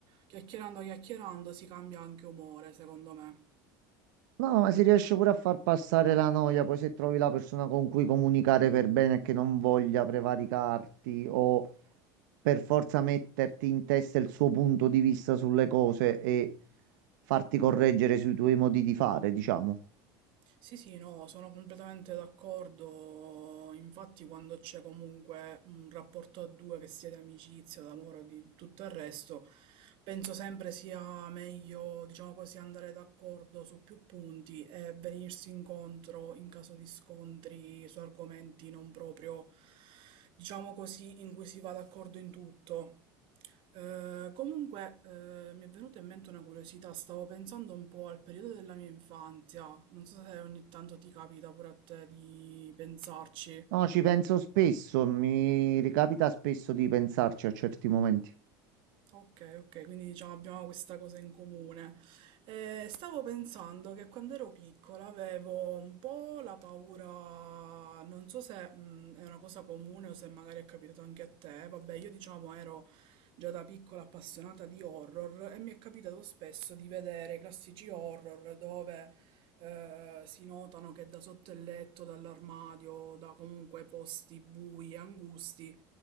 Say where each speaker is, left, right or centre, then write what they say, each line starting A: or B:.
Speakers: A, on the right; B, on the right.
A: chiacchierando, chiacchierando si cambia anche umore, secondo me.
B: No, ma si riesce pure a far passare la noia, poi se trovi la persona con cui comunicare per bene e che non voglia prevaricarti o per forza metterti in testa il suo punto di vista sulle cose e farti correggere sui tuoi modi di fare, diciamo.
A: Sì, sì, no, sono completamente d'accordo. Infatti, quando c'è comunque un rapporto a due, che sia di amicizia, d'amore o di tutto il resto, penso sempre sia meglio, diciamo così, andare d'accordo su più punti e venirsi incontro in caso di scontri su argomenti non proprio, diciamo così, in cui si va d'accordo in tutto. Eh, comunque, eh, mi è venuta in mente una curiosità, stavo pensando un po' al periodo della mia infanzia, non so se ogni tanto ti capita pure a te di pensarci.
B: No, ci penso spesso, mi ricapita spesso di pensarci a certi momenti.
A: Ok, ok, quindi diciamo abbiamo questa cosa in comune. Eh, stavo pensando che quando ero piccola avevo un po' la paura, non so se mh, è una cosa comune o se magari è capitato anche a te, vabbè, io diciamo ero già da piccola appassionata di horror e mi è capitato spesso di vedere i classici horror dove eh, si notano che da sotto il letto, dall'armadio, da comunque posti bui e angusti,